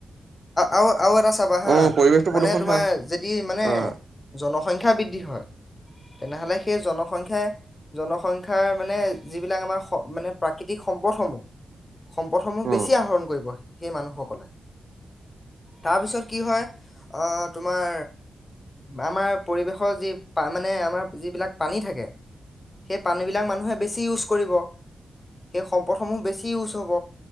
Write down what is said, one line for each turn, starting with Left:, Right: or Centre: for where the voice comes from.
Left: আৰু আৰু এটা চাবা হা
Right: অ' পৰিৱেশটো
Left: মানে
Right: প্ৰদূষণ
Left: তোমাৰ
Right: হয়
Left: যদি মানে
Right: অ'
Left: জন সংখ্যা বৃদ্ধি হয় তেনেহ'লে সেই জনসংখ্যাই, জনসংখ্যাৰ মানে যিবিলাক আমাৰ মানে প্ৰাকৃতিক সম্পদসমূহ, সম্পদসমূহ
Right: অ'
Left: বেছি
Right: অ'
Left: আহৰণ কৰিব সেই মানুহসকলে। তাৰ পিছত কি হয়, আহ তোমাৰ আমাৰ পৰিৱেশৰ যি মানে আমাৰ যিবিলাক পানী থাকে সেই পানী বিলাক মানুহে বেছি ইউজ কৰিব। সেই সম্পদসমূ বেছি ইউচ হব।